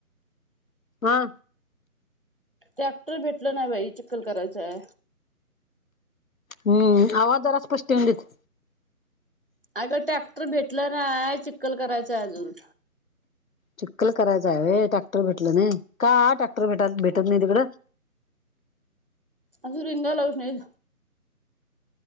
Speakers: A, on the left; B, on the right.
A: हा.
B: टॅक्टर भेटलं नाही बाई चिकक्कल करायचय.
A: हम्म आवाजार स्पष्ट येऊन देत.
B: अगं ट्रॅक्टर भेटलं नाही चिक्कल करायचं अजून
A: चिक्कल करायचं आहेय टॅक्टर भेटलं नाही का टॅक्टर भट भेटत नाही तिकडं.
B: असं रिंगा लावच नाही.